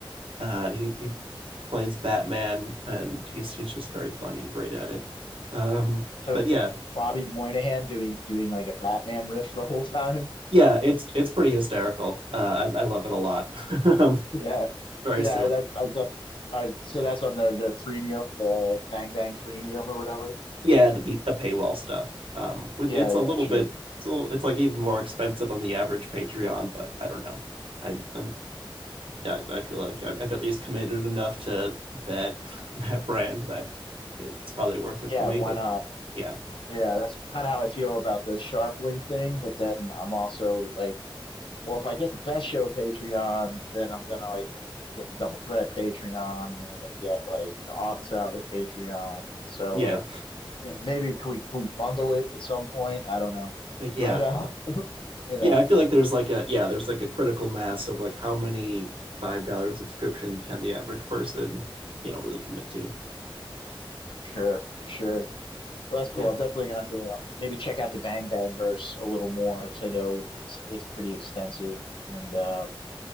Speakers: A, on the right; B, on the left.
A: uh, he, he plays Batman, and he's he's just very funny and great at it. Um,
B: So
A: but
B: it's
A: yeah,
B: Bobby Moynihan doing doing like a Batman riff the whole time.
A: yeah, it's it's pretty hysterical. Uh, I, I love it a lot. <laughs>
B: Yeah,
A: It's very
B: yeah.
A: silly,
B: That's I
A: very
B: do
A: fun.
B: I so that's on the the premium, the Bang Bang premium or whatever.
A: Yeah, the be- the paywall stuff. Um, it-
B: Yeah,
A: it's
B: yeah,
A: a little
B: sure.
A: bit, so it's like even more expensive on the average Patreon, but I don't know. I, I'm yeah, I feel like I've at least committed enough to that <laughs> that brand that it's probably worth it
B: Yeah,
A: for me
B: why
A: to
B: not?
A: yeah
B: Yeah, that's kind of how I feel about the Sharpling thing. But then I'm also like, well, if I get the Best Show Patreon, then I'm gonna like get the Double Threat Patreon, and then I'm gonna get like the Office Hours Patreon. So
A: yeah
B: like, yeah, maybe can we can we bundle it at some point? I don't know,
A: like yeah
B: but uh, you know,
A: yeah, I feel like there's like a yeah, there's like a critical mass of like how many five dollar subscription can the average person, you know, really commit to.
B: sure, sure. Well, that's cool.
A: Yeah,
B: I'm definitely gonna have to uh, maybe check out the Bang Bang verse a little more because I know it's it's pretty extensive. And uh,